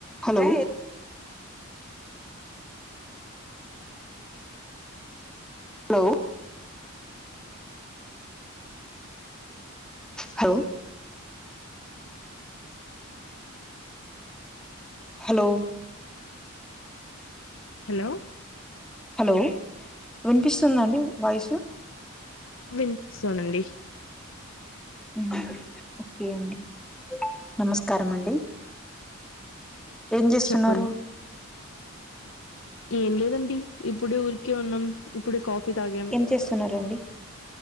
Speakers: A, in the centre; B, on the left.
A: Hello hello hello hello
B: hello
A: hello వినిపిస్తుంద అండి voice
B: వినిపిస్తోందండి
A: మ్ ఓకే అండి నమస్కారం అండి ఏం చేస్తున్నారు?
B: చెప్పండి ఏం లేదండి ఇప్పుడే ఊరికే ఉన్నాం ఇప్పుడే కాఫ్ పి తాగాం.
A: ఏం చేస్తున్నారండి